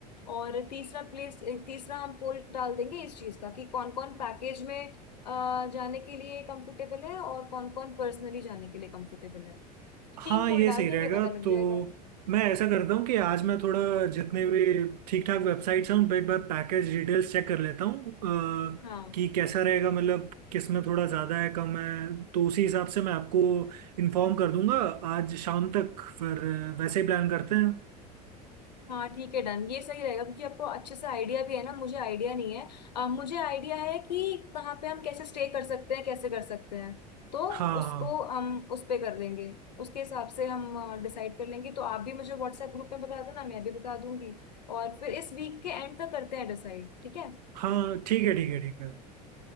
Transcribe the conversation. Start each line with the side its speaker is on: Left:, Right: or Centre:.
Left: और तीसरा प्लेस तीसरा हम पोल डाल देंगे इस चीज का कि कौन कौन पैकेज में अ, जाने के लिए कंफर्टेबल है और कौन कौन पर्सनली जाने के लिए कंफर्टेबल है
Right: हाँ
Left: तीन पोल
Right: ये
Left: डाल
Right: सही
Left: देंगे
Right: रहेगा
Left: पता लग
Right: तो
Left: जाएगा
Right: मैं ऐसा करता हूँ कि आज मैं थोड़ा जितने भी ठीक ठाक वेबसाइट्स हैं उन पर एक बार पैकेज डिटेल्स चेक कर लेता हूँ अ,
Left: हाँ
Right: कि कैसा रहेगा मतलब किस में थोड़ा ज़्यादा है कम है तो उसी हिसाब से मैं आपको इन्फॉर्म कर दूंगा आज शाम तक फिर अ, वैसे ही प्लान करते हैं
Left: हाँ ठीक है डन ये सही रहेगा क्योंकि आपको अच्छे से आइडिया भी है ना मुझे आइडिया नहीं है अ, मुझे आइडिया है कि कहाँ पे हम कैसे स्टे कर सकते हैं कैसे कर सकते हैं तो
Right: हाँ
Left: उसको
Right: हाँ
Left: हम उस पे कर लेंगे उसके हिसाब से हम डिसाइड कर लेंगे तो आप भी मुझे व्हाट्सएप ग्रुप में बता देना मैं भी बता दूंगी और फिर इस वीक के एंड तक करते हैं डिसाइड ठीक है
Right: हाँ ठीक है ठीक है ठीक है